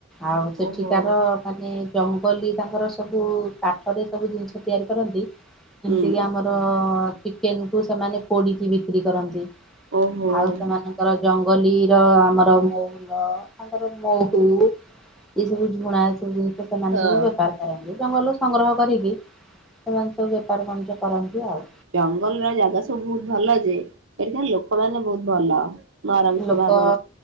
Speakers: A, in the centre; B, on the right (about 70°).
A: ଆଉ ସେଠିକାର
B: ଓହୋ
A: ମାନେ ଜଙ୍ଗଲୀ ତାଙ୍କର ସବୁ କାଠ ରେ ସବୁ ଜିନିଷ ତିଆରି କରନ୍ତି।
B: ହୁଁ
A: ଏମିତିକ ଆମର ଚିକେନ୍ କୁ ସେମାନେ ପୋଡି଼କି ବିକ୍ରି କରନ୍ତି।
B: ଓହୋ
A: ଆଉ
B: ହଁ
A: ସେମାନେ ଜଙ୍ଗଲୀର ଆମର <unintelligible> ତାଙ୍କର ମହୁ ଏ ସବୁ ଝୁଣା ଏସବୁ ଜିନିଷ ସେମାନେ
B: ଜ
A: ସବୁ ବେପାର କରନ୍ତି ଜଙ୍ଗଲରୁ ସଂଗ୍ରହ କରିକି ସେମାନେ ସବୁ ବେପାର ବାଣିଜ୍ୟ କରନ୍ତି ଆଉ।
B: ଜଙ୍ଗଲର ଜାଗା ସବୁ ବହୁତ ଭଲ ଯେ ସେଠିକା ଲୋକମାନେ ବହୁତ୍ ଭଲ। ନରମ ସ୍ୱଭାବର
A: ଲୋକ